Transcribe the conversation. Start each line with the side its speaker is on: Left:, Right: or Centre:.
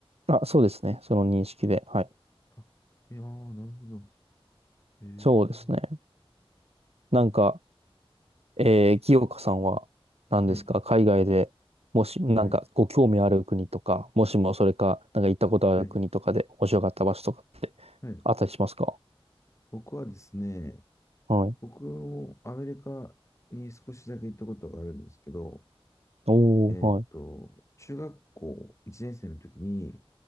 Right: あ、そうですね。その認識で。はい。
Left: あ、いやー、なるほど。へえ。
Right: そうですね。なんか、
Left: うん
Right: えー、清香さんは、何ですか、
Left: はい、
Right: 海外で、もし、なんか、
Left: はい、
Right: ご興味ある国とか、もしもそれか、なんか行ったことある国とかで面白かった場所とか、
Left: はい、はい。
Right: あったりしますか
Left: 僕はですね、
Right: はい。
Left: 僕もアメリカに少しだけ行ったことがあるんですけど、
Right: おー、
Left: えっと、
Right: はい、
Left: 中学校1年生の時に、